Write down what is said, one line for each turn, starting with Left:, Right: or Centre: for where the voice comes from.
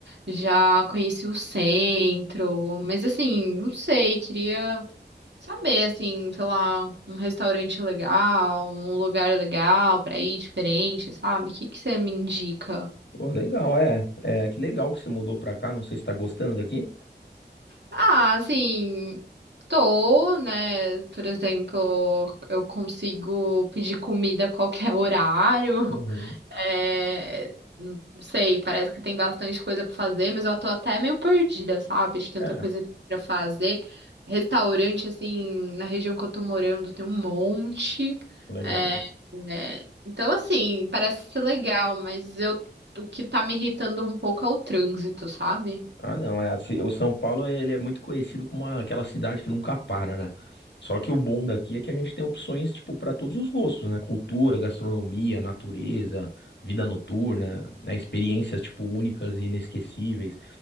Right: já conheci o centro, mas assim, não sei, queria saber, assim, sei lá, um restaurante legal, um lugar legal pra ir diferente, sabe? O que que você me indica?
Left: Pô, legal, é. É, que legal que você mudou pra cá. Não sei se tá gostando daqui.
Right: Ah, assim, tô, né? Por exemplo, eu consigo pedir comida a qualquer <laughs> horário.
Left: Uhum.
Right: É, não sei, parece que tem bastante coisa pra fazer, mas eu tô até meio perdida, sabe? De tanta
Left: É,
Right: coisa pra fazer. Restaurante, assim, na região que eu tô morando tem um monte.
Left: legal.
Right: É, é, então, assim, parece ser legal, mas eu, o que tá me irritando um pouco é o trânsito, sabe?
Left: Ah, não, é assim, o São Paulo ele é muito conhecido como uma- aquela cidade que nunca para, né? Só que o bom daqui é que a gente tem opções tipo para todos os gostos, né? Cultura, gastronomia, natureza, vida noturna, né? Experiências tipo únicas e inesquecíveis.